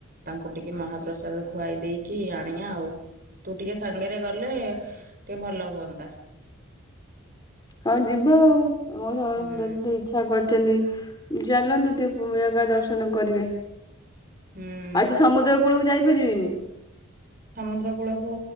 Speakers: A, on the right; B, on the left.
A: ତାକୁ ଟିକେ ମହାପ୍ରସାଦ ଖୁଆଇ ଦେଇକି ଆଣିବା ଆଉ ତୁ ଟିକେ ସାଙ୍ଗରେ ଗଲେ ଗଲେ ଟିକେ ଭଲ ହୁଅନ୍ତା।
B: ହଁ ଯିବା ଆଉ ଆମ
A: ହୁଁ
B: ସମସ୍ତେଇଛା କର ଛନ୍ତି ଚାଲନ୍ତୁ ଟିକେ ଜାଗ ଦର୍ଶନ କରିବେ
A: ହୁଁ।
B: ଆଉ ସେ ସମୁଦ୍ର କୂଳକୁ ଯାଇପାରିବେନି
A: ସମୁଦ୍ର କୂଳକୁ